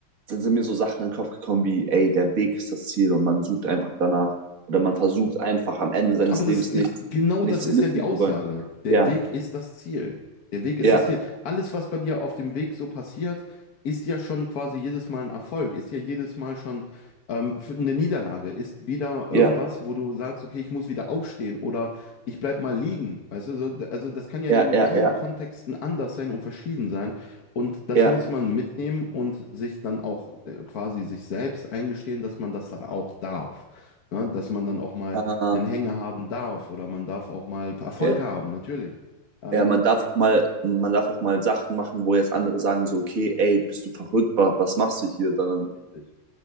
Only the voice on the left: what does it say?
Aber das
ist,
genau
das ist
ja die Aussage.
Der
Weg ist das Ziel. Der Weg
ist das Ziel. Alles, was bei dir auf dem Weg so passiert, ist ja schon quasi jedes Mal ein Erfolg, ist ja jedes Mal schon ähm, für- eine Niederlage, ist wieder
irgendwas, wo du sagst, okay, ich muss wieder aufstehen oder ich bleib mal liegen. Weißt du, so, d- also das kann ja
in
vielen
Kontexten anders sein und verschieden sein. Und das
muss man mitnehmen und sich dann auch äh, quasi sich selbst eingestehen, dass man das auch darf. Ne? Dass man dann auch mal
einen Hänger haben darf oder man darf auch mal Erfolg
haben, natürlich. Ähm,
Richtig.